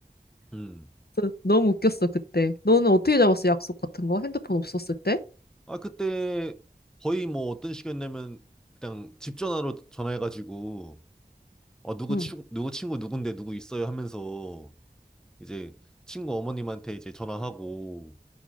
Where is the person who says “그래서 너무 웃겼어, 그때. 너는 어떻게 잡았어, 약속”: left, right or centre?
Left